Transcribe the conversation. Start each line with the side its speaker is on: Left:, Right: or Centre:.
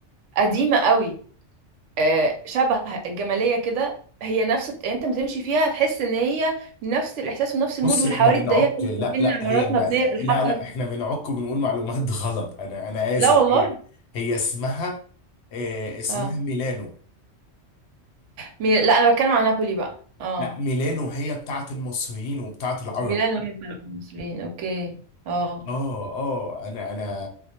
Right: قديمة قوي آه، شبه الجمالية كده هي نفس يعني انت ما تمشي فيها تحس ان هي نفس الاحساس ونفس المود
Left: بصي
Right: والحواري
Left: احنا بنعك
Right: الضيقة اللي
Left: لا
Right: ما بين
Left: لا
Right: عمارات
Left: هي ما...
Right: مبنية بالحجر
Left: لا لا احنا بنعك وبنقول معلومات <laughs> غلط انا انا
Right: لا
Left: اسف
Right: والله
Left: هي هي اسمها اه اسمها
Right: اه
Left: ميلانو
Right: مي... لا انا بتكلم عن نابولي بقى اه
Left: لا ميلانو هي بتاعت المصريين وبتاعت العرب
Right: ميلانو هي بتاعت المصريين اوكي اه
Left: اه اه انا انا